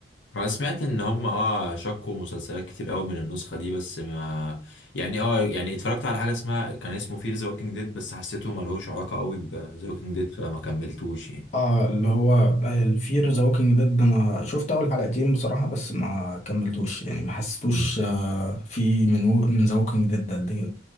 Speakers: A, on the left; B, on the left.
A: انا سمعت ان هم اه شكوا مسلسلات كتير قوي من النسخه دي بس ما يعني اه يعني اتفرجت على حاجه اسمها كان اسمه فير ذا ووكينج ديد بس حسيته ملهوش علاقه قوي بذا ووكينج ديد فما كملتوش يعني
B: اه اللي هو آه، الفير ذا ووكينج ديد انا شفت اول حلقتين بصراحه بس ما كملتوش يعني ما حسيتوش
A: مم.
B: آه في من و- من ذا ووكينج ديد قد كده